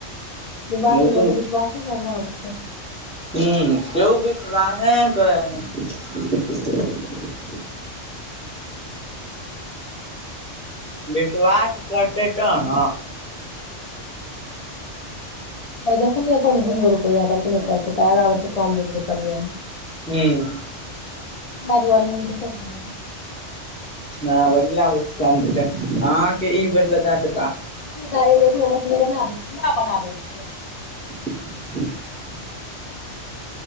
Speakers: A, on the left; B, in the centre.
A: ई बात
B: ह
A: छै
B: त
A: लोकके विश्वासे के अभाव छै
B: ह के भी राधे कह। <inaudible> विश्वास करते तन
A: अ देखलिए तै, एमे दुइगो रुपैया तऽ अपने करतै, अगला बेर से काम देतौ, तऽ करहीयै।
B: हुं।
A: तै दुआरे हमु कैकरा कहब
B: आब अगला बेर से काम देतै, अहाँके ई बेर लगाके
A: सिधा एगो ओकरो मछली बना देबै ला बना दै छियो।
B: <inaudible>